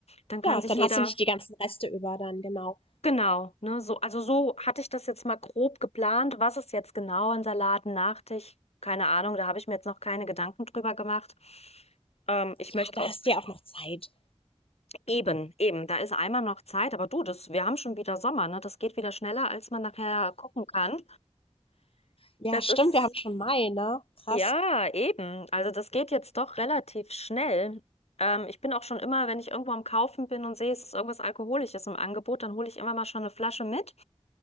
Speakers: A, on the left; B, on the left.
A: Dann kann
B: Ja,
A: sich
B: dann
A: jeder
B: hast du nicht die ganzen Reste über dann, genau.
A: Genau, ne, so, also so hatte ich das jetzt mal grob geplant. Was ist jetzt genau ein Salat, ein Nachtisch? Keine Ahnung, da habe ich mir jetzt noch keine Gedanken drüber gemacht. Ähm, ich
B: Ja,
A: möchte
B: da
A: auch
B: hast du ja auch noch Zeit.
A: eben, eben, da ist einmal noch Zeit, aber du, das, wir haben schon wieder Sommer, ne? Das geht wieder schneller, als man nachher gucken kann.
B: Ja,
A: Das
B: stimmt,
A: ist
B: wir haben schon Mai, ne? Krass.
A: Ja, eben. Also das geht jetzt doch relativ schnell. Ähm, ich bin auch schon immer, wenn ich irgendwo am Kaufen bin und sehe, es ist irgendwas Alkoholisches im Angebot, dann hole ich immer mal schon eine Flasche mit.